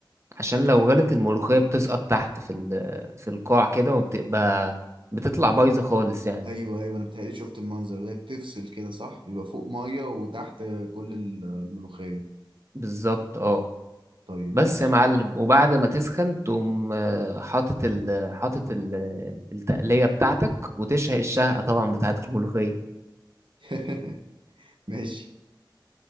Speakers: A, on the right; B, on the right.
A: عشان لو غلت الملوخية بتسقط تحت في ال... في القاع كده وبتبقى بتطلع بايظة خالص يعني
B: ايوه ايوه انا بتهيألي شفت المنظر ده بتفصل كده صح يبقى فوق مية وتحت كل الملوخية
A: بالظبط اه
B: طيب
A: بس
B: ماشي
A: يا معلم وبعد ما تسخن تقوم آه، حاطط ال حاطط ال- التقلية بتاعتك وتشهق الشهقة طبعا بتاعت الملوخية
B: <laughs> ماشي